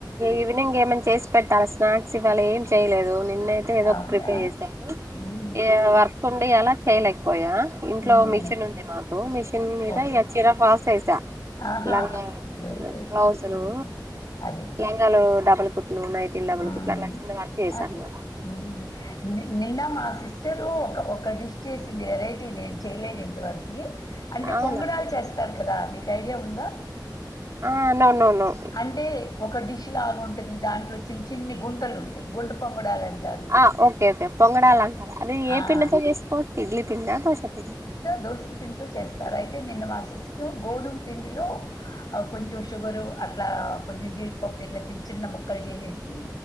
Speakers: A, on the right (about 40°); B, on the left (about 55°).
A: ఈవినింగ్ ఏమన్నా చేసి పెట్టాలా స్నాక్స్ ఇవ్వాల ఏం చేయలేదు నిన్నయితే అ ఏదో
B: అవునా
A: ఒక ప్రిపేర్ చేసాను
B: ఉమ్,
A: ఈ వర్క్ ఉండి అలా చేయలేకపోయా ఇంట్లో
B: ఉమ్,
A: మిషన్ ఉంది మాకు మిషన్ మీద
B: ఓకే
A: ఇగా
B: ఓకే
A: చీరా ఫాల్స్ వేశా
B: ఆహా
A: లాంగా
B: గుడ్ గుడ్
A: బ్లౌసు లు
B: ఉమ్, అదే
A: లంగాలు డబల్ కుట్లు నైటిలు డబుల్
B: ఉమ్
A: కుట్లు అలా చిన్న వర్క్ చేసాను
B: అదే
A: అన్న మాట
B: ఉమ్ నిన్న మా సిస్టరు ఒక డిష్ చేసింది వెరైటీ నేను చేయలేదు ఇంతవరకు అంటే
A: అవునా
B: పొంగణాలు చేస్తారు కదా నీకు ఐడియా ఉందా
A: ఆ అవునవును
B: అంటే ఒక డిష్ లాగా ఉంటుంది దాంట్లో చిన్న చిన్ని గుంటలు ఉంటాయి గుంట పొంగడాలంటారు
A: ఆ ఓకే ఓకే పొంగడాలు అంటారు అది ఏ
B: ఆ
A: పిండితో చేసుకోవచ్చు ఇడ్లీ పిండా దోశపిండి
B: దోసలు పిండితో చేస్తారు అయితే నిన్న మా సిస్టరు గోధుమ పిండిలో కొంచెం షుగరు అట్లా కొంచెం జీడిపప్పులు ఇట్లా చిన్న చిన్న ముక్కలు చేసేసి